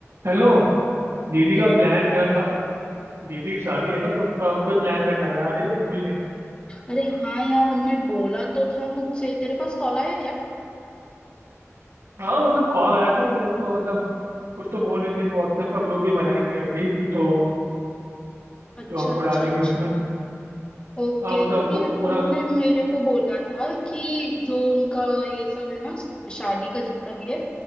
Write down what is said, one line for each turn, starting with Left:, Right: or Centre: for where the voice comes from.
Right: Hello दीदी
Left: हेलो
Right: का plan अ, सा- दीदी की शादी है ना तो उसका हमको ही प्लान करना है, याद है कि भूल गई
Left: अरे हाँ यार उनने बोला तो था मुझसे तेरे पास कॉल आया क्या
Right: हाँ मतलब कॉल आया था और वो एक तो मतलब कुछ तो बोल रहे थे कि व्हाट्सएप का ग्रुप भी बनाएंगे अभी तो
Left: अच्छा
Right: तो हमको
Left: अच्छा
Right: डालेंगे
Left: अच्छा
Right: उसमें
Left: ओके
Right: हाँ मतलब
Left: क्योंकि
Right: हमको पूरा
Left: उनने मेरे को बोला था कि जो उनका ये सब है ना शादी का जितना भी है